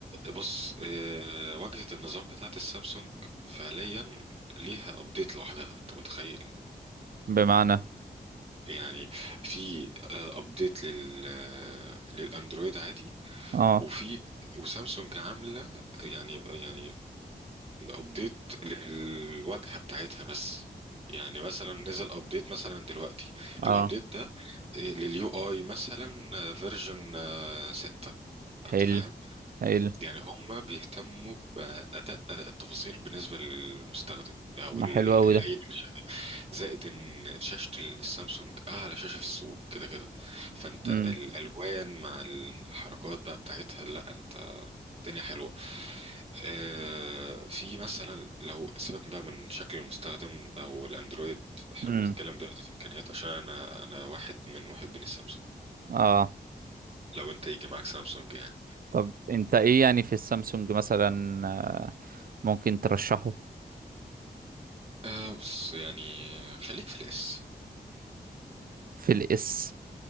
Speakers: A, on the right (about 35°); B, on the right (about 60°).
A: بص آه، واجهة النظام بتاعت السامسونج فعليا ليها ابديت لوحدها انت متخيل
B: بمعنى
A: يعني في ابديت لل آه، للاندرويد عادي
B: اه
A: وفي وسامسونج عامله يعني يعني بابديت للواجهه بتاعتها بس يعني مثلا نزل ابديت مثلا دلوقتي
B: اه
A: الابديت ده لليو اي مثلا فيرجن 6 انت
B: حلو
A: فاهم
B: حلو
A: يعني هم بيهتموا باداء اداء التفاصيل بالنسبه للمستخدم او
B: ما
A: ال-
B: حلو قوي
A: العين
B: ده
A: اللي شايفها. زائد ان شاشه السامسونج اعلى شاشه في السوق كده كده فانت
B: امم
A: الالوان مع الحركات بقى بتاعتها لا انت الدنيا حلوة آه، في مثلا لو سيبك بقى من شكل المستخدم او الاندرويد احنا
B: امم
A: بنتكلم دلوقتي في امكانيات عشان انا انا واحد من محبين السامسونج
B: اه
A: لو انت يجي معاك سامسونج يعني
B: طب انت ايه يعني في السامسونج مثلا آه، ممكن ترشحه
A: أه بص يعني خليك في الاس
B: في الاس